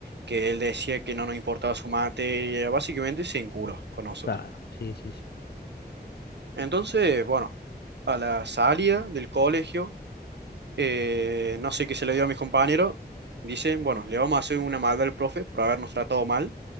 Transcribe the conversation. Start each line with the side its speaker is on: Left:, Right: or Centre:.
Right: que él decía que no nos importaba su materia, básicamente se enculó con nosotros.
Left: claro, sí, sí, sí.
Right: Entonces, bueno, a la salida del colegio, eh, no sé qué se le dio a mis compañeros, dicen, bueno, le vamos a hacer una maldad al profe por habernos tratado mal.